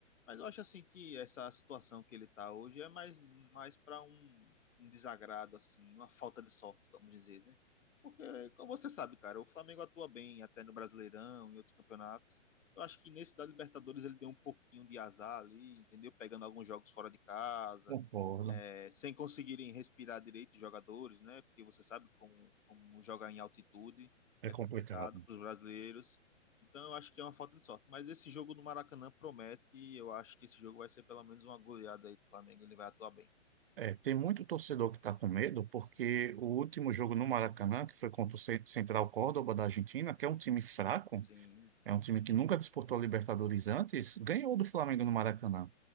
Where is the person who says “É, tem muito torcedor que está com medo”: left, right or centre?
Right